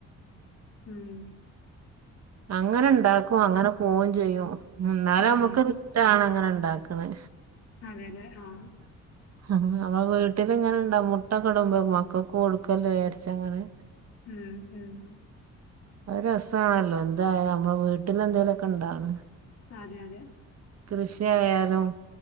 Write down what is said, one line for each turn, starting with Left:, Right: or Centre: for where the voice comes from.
Left: ഉം
Right: അങ്ങനെ ഇണ്ടാക്കും അങ്ങനെ പോവും ചെയ്യും എന്നാല
Left: ഉം
Right: നമ്മുക്ക് ഇഷ്ടാണ് അങ്ങനെ ഉണ്ടാക്ക്ണേ
Left: അതെല്ലേ ആ
Right: ആ നമ്മടെ വീട്ടിലിങ്ങനെ ഇണ്ടാ മുട്ടക്കെടുമ്പോ മക്കക്ക് കൊടുക്കല്ലോ വിചാരിച്ചങ്ങനെ
Left: ഉം ഉം
Right: ഒരു രസണല്ലോ എന്തായ നമ്മ വീട്ടിൽ എന്തേലുമൊക്കെ ഇണ്ടാണ്
Left: അതെ അതെ
Right: കൃഷിയാലും